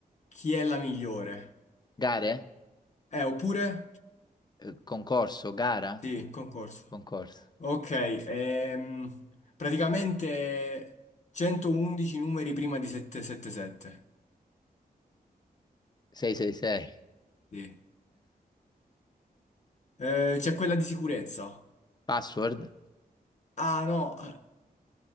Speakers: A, on the left; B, on the left.
A: chi è la migliore.
B: Gare?
A: Eh, oppure?
B: Eh, concorso? Gara?
A: Sì, concorso.
B: Concorso.
A: Ok, ehm, praticamente 111 numeri prima di 777.
B: 666.
A: Sì. Eh, c'è quella di sicurezza.
B: Password?
A: Ah no, eh,